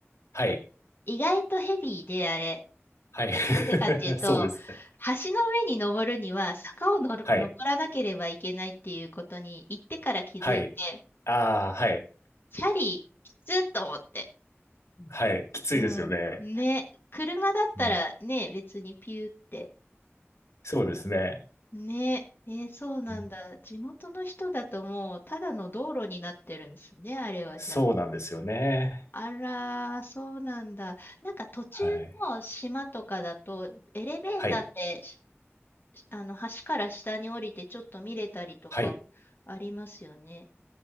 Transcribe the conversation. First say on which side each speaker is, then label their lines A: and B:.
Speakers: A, on the left; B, on the left.
A: はい。
B: 意外とヘビーで、あれ。
A: はい。<laughs>
B: なんでかっていうと、
A: そうですね。
B: 橋の上に登るには坂をのる登らなければいけないっていうことに行ってから気づいて、
A: はい。はい。ああ、はい。
B: チャリきつっと思って。
A: はい。きついですよね。
B: うん。ね、車だったらね、
A: うん、
B: 別にピューって。
A: そうですね。
B: ね、えーそうなんだ。
A: うん、
B: 地元の人だともうただの道路になってるんですね、あれはじゃあ。
A: そうなんですよね。
B: あらー、そうなんだ。なんか途中の島とかだと、
A: はい。
B: エレベーターって
A: はい。
B: あの、橋から下に降りてちょっと見れたりとかありますよね。
A: はい。